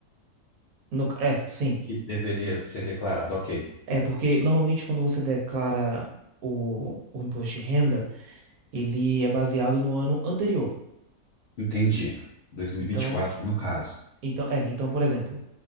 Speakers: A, on the right; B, on the left.
A: no, é, sim.
B: Que deveria ser declarado. Ok,
A: É porque normalmente quando você declara o, o imposto de renda, ele é baseado no ano anterior.
B: entendi. 2024,
A: Então,
B: no caso.
A: Então, é, então, por exemplo,